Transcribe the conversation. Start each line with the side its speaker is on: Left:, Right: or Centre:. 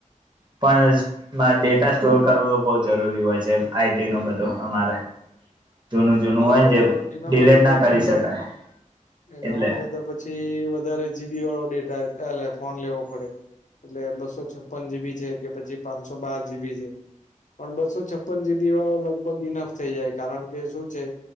Right: પણ ડેટા સ્ટોર કરવો બહું જરૂરી હોય છે આઈટી નો બધો અમારે જૂનું જૂનું
Left: હા
Right: હોય
Left: તો
Right: ને જે
Left: એના
Right: ડિલેટ
Left: માટે
Right: ના
Left: તો
Right: કરી
Left: શું
Right: શકાય
Left: છે એના
Right: એટલે
Left: માટે તો પછી વધારે જીબી વાળો ડેટા એટલે ફોન લેવો પડે એટલે બસો છપ્પન જીબી છે કે પછી પાંચસો બાર જીબી છે. પણ બસો છપ્પન જીબી વાળો લગભગ ઈનફ થઈ જાય કારણ કે શું છે